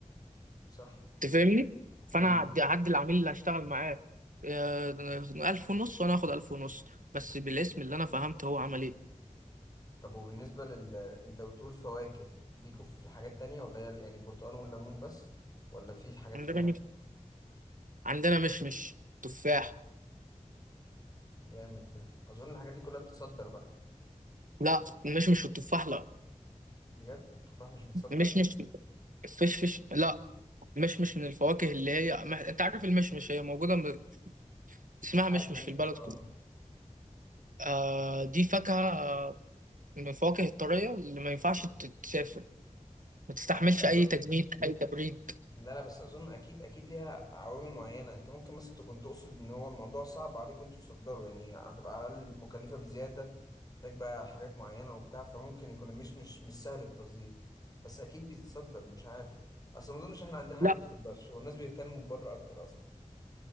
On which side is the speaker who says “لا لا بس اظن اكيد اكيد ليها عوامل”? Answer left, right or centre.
Left